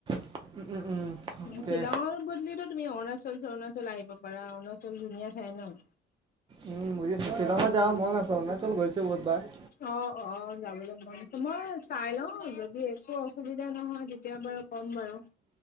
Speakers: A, on the right; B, on the left.
A: উম', উম', উম'। অ'কে
B: শ্বিলঙৰ বদলিতো তুমি অৰুণাচল চৰুণাচল আহিব পাৰা অৰুণাচল ধুনীয়া ঠাই ন।
A: উম বুজিছো শ্বিলঙত যাবলৈ মন আছে, অৰুণাচল গৈছোঁ বহুতবাৰ।
B: অ অ যাবলৈ মন আছো মই চাই ল যদি একো অসুবিধা নহয় তেতিয়া বাৰু ক'ম বাৰু।